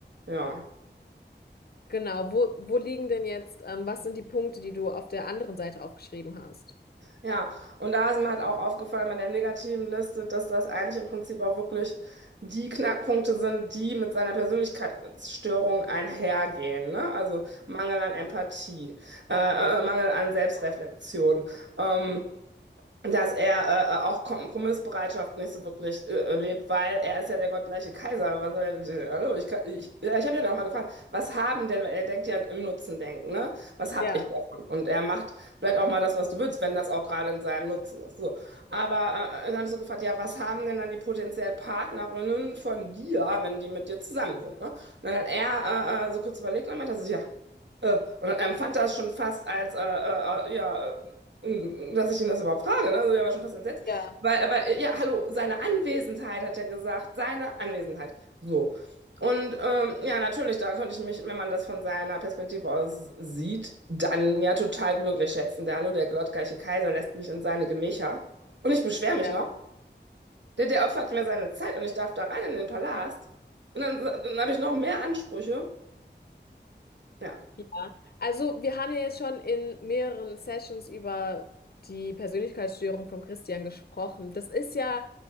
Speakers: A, on the right (about 75°); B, on the left (about 55°).
A: Ja.
B: Genau, wo, wo liegen denn jetzt, ähm, was sind die Punkte, die du auf der anderen Seite aufgeschrieben hast?
A: Ja, und da ist mir halt auch aufgefallen bei der negativen Liste, dass das eigentlich im Prinzip auch wirklich die Knackpunkte sind, die mit seiner Persönlichkeitsstörung einhergehen, ne? Also Mangel an Empathie, äh, äh, Mangel an Selbstreflexion. Ähm, dass er äh, äh, auch Kompromissbereitschaft nicht so wirklich äh, äh, lebt, weil er ist ja der gottgleiche Kaiser. Was soll er denn, hallo, ich, kann- ich, ja, ich habe ja noch mal gefragt, was haben denn, weil er denkt ja im Nutzen denken, ne? Was habe
B: Ja,
A: ich davon? Und er macht vielleicht auch mal das, was du willst, wenn das auch gerade in seinem Nutzen ist. So. Aber äh, äh, dann habe ich so gefragt, ja, was haben denn dann die potenziellen Partnerinnen von dir, wenn die mit dir zusammen sind, ne? Und dann hat er äh, äh, so kurz überlegt und meinte so, ja. Äh, Und ähm, fand das schon fast als äh, äh, äh, ja, äh, dass ich ihn das überhaupt frage, ne? Also der war schon fast entsetzt.
B: ja,
A: Weil, weil, ja, hallo, seine Anwesenheit, hat er gesagt, seine Anwesenheit. So. Und ähm, ja, natürlich, da konnte ich mich, wenn man das von seiner Perspektive aus sieht, dann ja total glücklich schätzen. Der Hallo, der gottgleiche Kaiser lässt mich in seine Gemächer. Und ich beschwere
B: ja.
A: mich noch. Der, der opfert mir seine Zeit und ich darf da rein in den Palast. Und dann, dann habe ich noch mehr Ansprüche. Ja,
B: Ja, also wir haben ja jetzt schon in mehreren Sessions über die Persönlichkeitsstörung von Christian gesprochen. Das ist ja